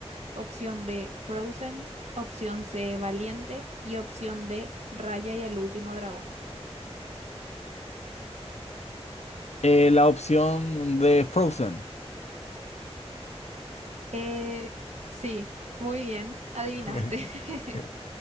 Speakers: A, on the right (about 90°); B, on the left (about 80°).
A: opción B, Frozen, opción C, Valiente y opción D, Raya y el último dragón.
B: Eh, la opción de Frozen.
A: Eh, sí, muy bien, adivinaste.
B: Okay,
A: <laughs>
B: <laughs>